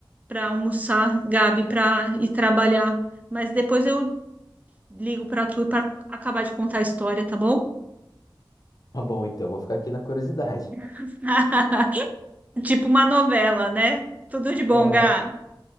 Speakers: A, on the right; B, on the left.
A: para almoçar, Gabi, para ir trabalhar. Mas depois eu ligo para tu para acabar de contar a história, tá bom?
B: Tá bom, então, vou ficar aqui na curiosidade.
A: <laughs> Tipo uma novela, né? Tudo de bom,
B: Aham.
A: Gá.